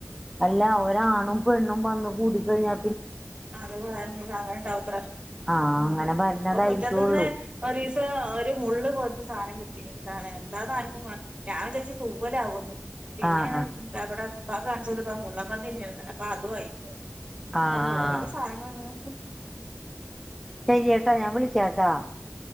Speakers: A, in the centre; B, on the right.
A: അല്ല ഒരാണും പെണ്ണും വന്ന് കൂടിക്കഴിഞ്ഞാ
B: അത് അങ്ങനെ അങ്ങനെ ഇണ്ടാവൂത്രേ
A: ആഹ്
B: ആ
A: അങ്ങനെ വരുന്നതായിരിക്കുള്ളൂ
B: അപ്പൊ മുറ്റത്തിന്ന് ഒരീസം ഒരു മുള്ള് പോലത്ത സാധന കിട്ടിന്ന് എന്താണ് എന്താന്ന് ആരിക്കും മന ഞാൻ വിചാരിച്ച് തൂവലാവുന്ന് പിന്നേണ്
A: ആഹ് ആഹ്
B: ദവടെ ഇപ്പക് കാണിച്ചു കൊടുക്കാൻ നിന്ന് മുള്ളൻ പന്നി ദേ ആണ് എന്ന് അതും ആയി
A: ആഹ് ആഹ്
B: അതെ ഓരോരോ സാനങ്ങള്
A: ശരിയെട്ട ഞാൻ വിളി വിളികേട്ടു